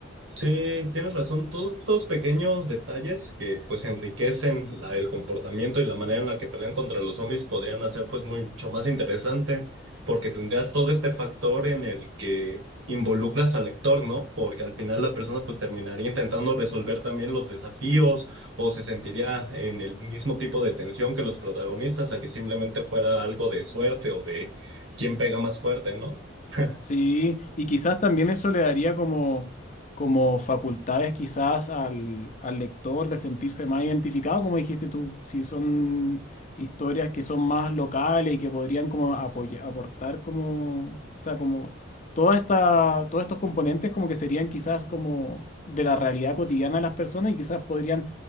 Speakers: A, on the right; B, on the left.
A: Sí, tienes razón. Todos estos pequeños detalles que pues enriquecen la- el comportamiento y la manera en la que pelean contra los zombies podrían hacer pues mucho más interesante porque tendrías todo este factor en el que involucras al lector, ¿no? Porque al final la persona pues terminaría intentando resolver también los desafíos o se sentiría en el mismo tipo de tensión que los protagonistas a que simplemente fuera algo de suerte o de quién pega más fuerte, ¿no? <laughs>
B: Sí, y quizás también eso le daría como, como facultades quizás al, al lector de sentirse más identificado, como dijiste tú, si son historias que son más locales y que podrían como apoya- aportar como, o sea, como toda esta, todos estos componentes como que serían quizás como de la realidad cotidiana de las personas y quizás podrían